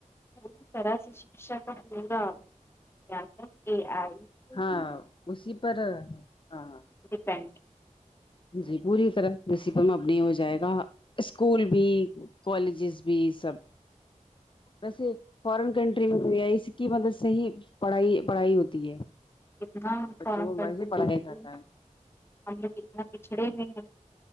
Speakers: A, on the left (about 20°); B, on the left (about 40°).
A: اس طرح سے شکشا کا ہوگا کے اے آئی کے
B: ہاں
A: ہی
B: اسی پر ہاں ہاں
A: ڈیپینڈ
B: جی پوری طرح رسیپم اب نہیں ہو جائے گا اسکول بھی کالجز بھی سب ویسے فارن کنٹری می اںے آی کی مدد سے ہی پڑھائی پڑھائی ہوتی ہے
A: کتنا
B: بچوں
A: فورین
B: کو
A: کنٹری
B: ویسے پڑھایا
A: دیکھیے
B: جاتا ہے
A: ہم لوگ اتنا پچھڑے میں ہیں